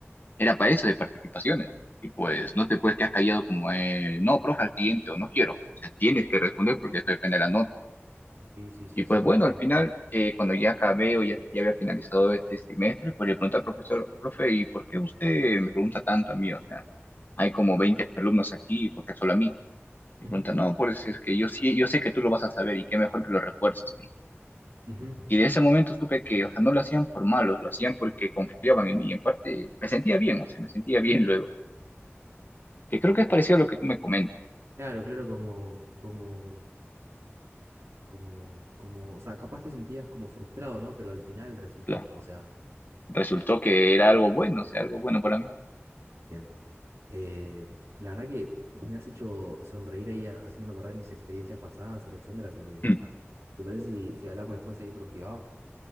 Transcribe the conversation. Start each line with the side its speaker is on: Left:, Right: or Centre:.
Left: era para eso, de participaciones. Y pues no te puedes quedar callado como, eh, no, profe, al siguiente, o no quiero. O sea, tienes que responder porque esto depende de la nota.
Right: Sí, sí, sí,
Left: Y pues
Right: 100%.
Left: bueno, al final, eh, cuando ya acabé o ya, ya había finalizado este semestre, pues le pregunté al profesor, profe, ¿y por qué usted me pregunta tanto a mí? O sea, hay como 20 alumnos aquí, ¿por qué solo a mí? Me
Right: Ujú,
Left: pregunta, no, pues es que yo sí, yo sé que tú lo vas a saber y qué mejor que lo refuerces, me dijo.
Right: ujú.
Left: Y de ese momento supe que, o sea, no lo hacían por malos, lo hacían porque confiaban en mí. Y en parte me sentía bien, o sea, me sentía bien luego. Que creo que es parecido a lo que tú me comentas.
Right: Claro, claro, como, como, como, como, o sea, capaz te sentías como frustrado, ¿no? Pero al final resultó,
Left: Claro.
Right: o sea,
Left: Resultó que era algo bueno, o sea, algo bueno para mí.
Right: bien. Eh, la verdad que me has hecho sonreír ahí ha- haciéndome acordar de mis experiencias pasadas, Alexander, así
Left: <clears throat>
Right: que, nada. ¿Te parece si, si hablamos después ahí por privado?